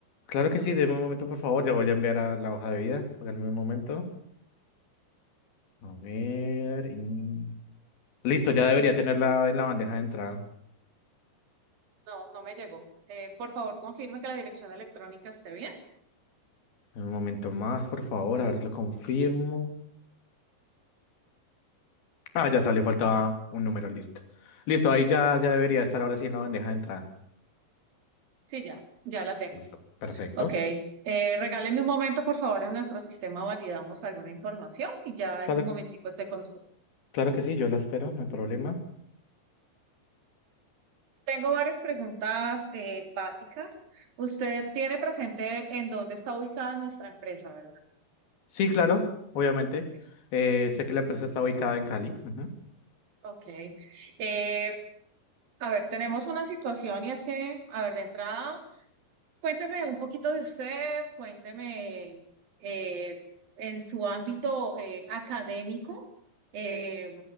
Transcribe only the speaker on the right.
No, no me llegó. Eh, por favor, confirme que la dirección electrónica esté bien.
Sí, ya, ya la tengo.
Ok. Eh, regáleme un momento, por favor, en nuestro sistema validamos alguna información y ya
en un momentico
estoy con usted.
Tengo varias preguntas eh, básicas. Usted tiene presente en dónde está ubicada nuestra empresa, ¿verdad?
Ok.
Ok. Eh, a ver, tenemos una situación y es que, a ver, de entrada, Cuénteme un poquito de usted, cuénteme eh, en su ámbito eh, académico, eh,